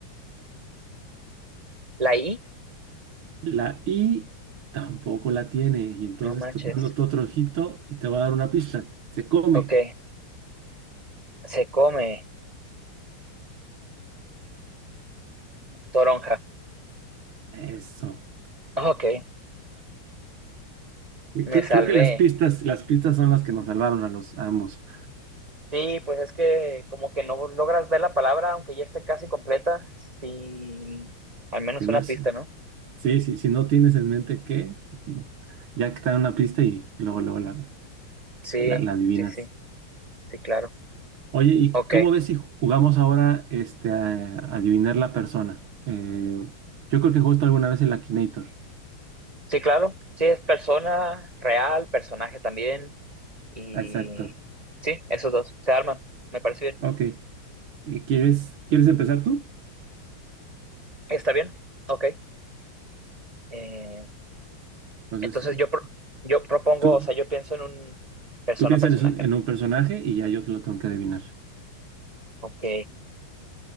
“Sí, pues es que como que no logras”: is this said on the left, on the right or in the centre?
Right